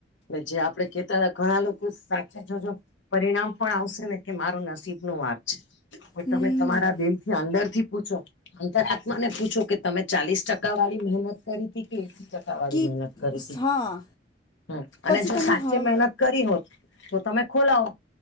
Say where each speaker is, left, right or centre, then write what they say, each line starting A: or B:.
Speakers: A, on the left; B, on the left.
A: ને જે આપડે કેતા ને ઘણા લોકો સાથે જોજો પરિણામ પણ આવશે ને કે મારો નસીબનો વાંક છે, પણ
B: હમ
A: તમે તમારા બિ થી અંદર થી પૂછો, અંતર આત્માને પૂછો કે તમે ચાલીસ ટકા વાળી મહેનત કરી કે, ટકાવારી
B: કે
A: મહેનત કરી તી
B: હા
A: હમ અને
B: પછી
A: જો
B: તમે
A: સાચે
B: હ
A: મહેનત કરી હોત તો તમે ખોલાવો